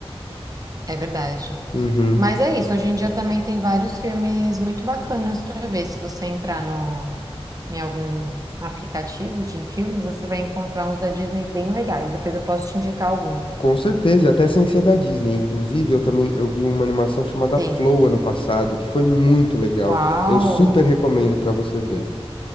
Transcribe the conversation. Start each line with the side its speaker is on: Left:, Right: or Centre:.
Right: É verdade.
Left: Uhum.
Right: Mas é isso, hoje em dia também tem vários filmes muito bacanas para ver. Se você entrar no, em algum aplicativo de filme, você vai encontrar uns da Disney bem legais. Depois eu posso te indicar alguns.
Left: Com certeza, e até sem ser da Disney. Inclusive, eu também eu vi uma animação chamada
Right: Sim.
Left: Flow ano passado, que foi muito legal.
Right: Uau!
Left: Eu super recomendo pra você ver.